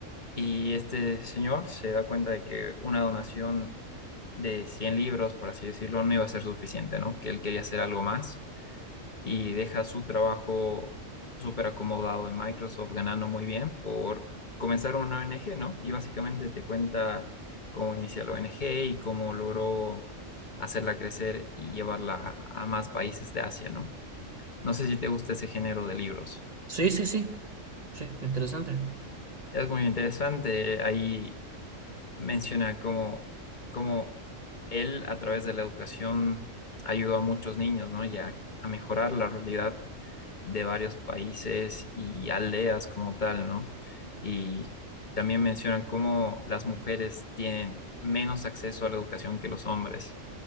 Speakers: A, on the left; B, on the right.
A: Y este señor se da cuenta de que una donación de 100 libros, por así decirlo, no iba a ser suficiente, ¿no? Que él quería hacer algo más y deja su trabajo súper acomodado en Microsoft, ganando muy bien por comenzar una ONG, ¿no? Y básicamente te cuenta cómo inicia la ONG y cómo logró hacerla crecer y llevarla a más países de Asia, ¿no? No sé si te gusta ese género de libros.
B: Sí, sí, sí, sí, interesante.
A: Es muy interesante. Ahí menciona cómo, cómo él a través de la educación ayudó a muchos niños, ¿no? Y a, a mejorar la realidad de varios países y aldeas como tal, ¿no? Y también mencionan cómo las mujeres tienen menos acceso a la educación que los hombres.